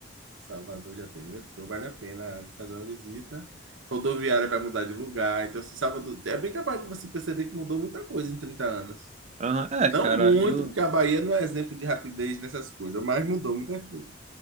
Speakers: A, on the right; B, on the right.
A: Salvador já tem metrô, vale a pena fazer uma visita. Rodoviária vai mudar de lugar, então se Salvador é bem capaz de você perceber que mudou muita coisa em 30 anos.
B: Aham. É,
A: Não
B: cara,
A: muito,
B: eu.
A: porque a Bahia não é exemplo de rapidez nessas coisas, mas mudou muita coisa.